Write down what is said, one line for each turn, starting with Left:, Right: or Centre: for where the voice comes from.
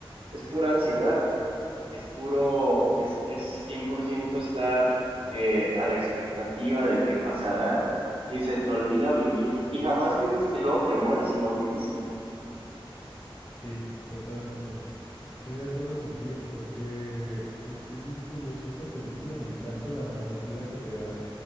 Right: es pura ansiedad es puro, es, es 100% estar eh, a la expectativa del qué pasará y se te olvida vivir y jamás viviste, y luego te mueres y no viviste.
Left: Sí, totalmente. Estoy de acuerdo contigo porque es, es bien curioso. Esta película me encanta la narrativa que te da